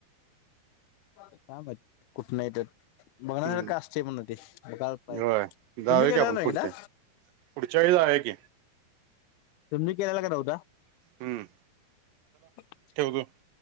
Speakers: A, on the left; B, on the right.
A: काय माहित कुठं येत्यात. बघण्यासारखं
B: हम्म
A: असतय म्हण ते, पाय
B: होय जाऊया
A: तुम्ही गेलाय
B: की आपण
A: ना एकदा.
B: पुढच्या पुढच्या वेळी जाऊया की
A: तुम्ही
B: हम्म
A: <unintelligible>
B: <unintelligible>